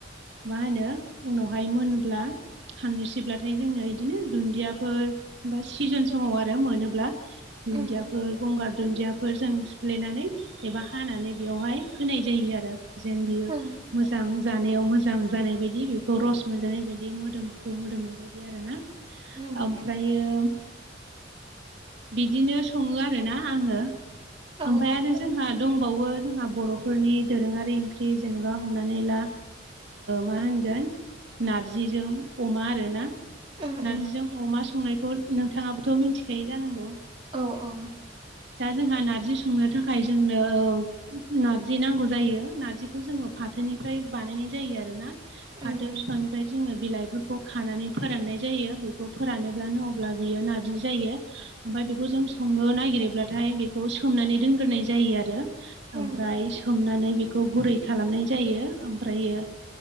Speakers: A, on the right (about 65°); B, on the right (about 30°).
A: मा होनो उनावहाय मोनब्ला। खांनोसैब्लाथाय जोङो बिदिनो दुन्दियाफोर बा सिजोन समाव आरो मोनोब्ला दुन्दियाफोर
B: उम
A: गंगार दुन्दियाफोर जों सिफ्लेनानै एबा। हानानै बेयावहाय होनाय जायो आरो जेन बियो
B: उम
A: मो मोजां जानायाव मोजां जानाय बायदि बेखौ रस मोनजानाय बायदि मोदोमफ्रु मोदोमनाय बायदि आरोना।
B: उम
A: ओमफ्रायो बिदिनो सङो आरोना आङो
B: औ
A: ओमफ्राय
B: औ
A: आरो जोंहा दं। ह बावो जोंहा बर'फोरनि दोरोङारि ओंख्रि जेनेबा हमनानै ला मा होनगोन नारजिजों अमा आरो ना
B: उम
A: नारजिजों
B: उम
A: अमा संनायखौ नोंथाङाबोथ' मिथिखायो जानांगौ।
B: औ औ।
A: दा जोंहा नारजि संनो थाखाय जोंनो नारजि नांगौ जायो नारजिखौ जोङो फाथोनिफ्राय बानायनाय जायो आरो ना।
B: उम
A: फाथो
B: उम
A: बिफांनि ओमफ्राय जोङो बिलाइफोरखौ खानानै फोराननाय जायो बेखौ फोरानोब्लानो अब्ला बियो नार्जि जायो ओमफफ्राय बेखौ जों संनो नागिरोब्लाथाय बेखौ सोमनानै दोनग्रोनाय जायो आरो।
B: उम
A: ओमफ्राय सोमनानै बेखौ गुरै खालामनाय जायो ओमफ्रायो।